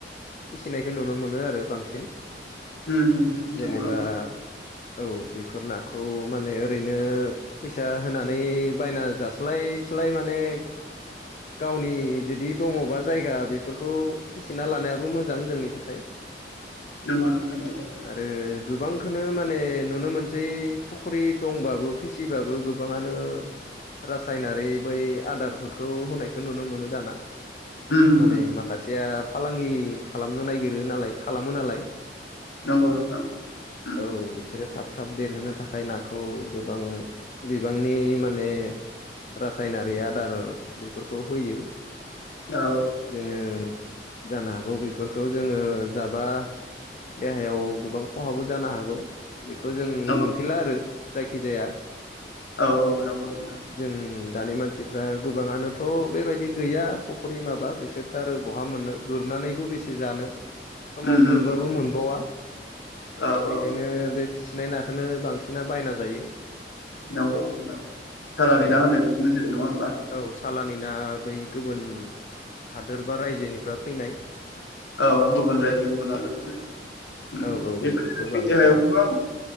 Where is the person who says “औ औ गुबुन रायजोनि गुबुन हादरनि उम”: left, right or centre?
Left